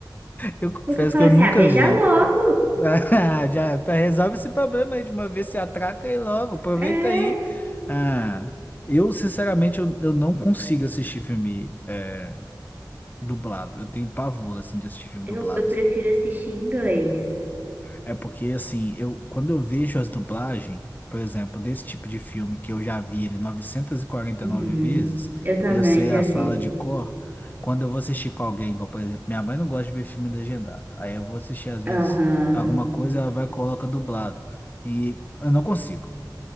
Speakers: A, on the left; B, on the right.
A: eu confesso
B: Porque eu falava
A: que eu nunca
B: assim, ah, beija
A: vi.
B: logo.
A: <laughs> Ah, já resolve esse problema aí de uma vez, se atraca aí logo, aproveita
B: É,
A: aí. Ah, eu, sinceramente, eu, eu não consigo assistir filme eh, dublado. Eu tenho pavor, assim, de assistir filme
B: eu,
A: dublado.
B: eu prefiro assistir em inglês.
A: É porque, assim, eu, quando eu vejo as dublagens, por exemplo, desse tipo de filme que eu já vi ele 949
B: Uhum.
A: vezes,
B: Eu também
A: e eu sei
B: já
A: as
B: vi.
A: falas de cor, quando eu vou assistir com alguém, igual, por exemplo, minha mãe não gosta de ver filme legendado. Aí eu vou assistir, às vezes,
B: Aham.
A: alguma coisa, ela vai e coloca dublado. E eu não consigo.